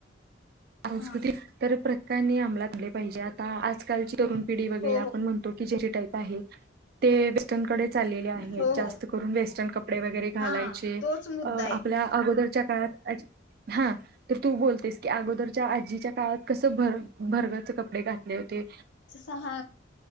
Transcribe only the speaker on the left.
हा
हो हो
हो
हो
हा तोच मुद्दा
आहे.
अच सहा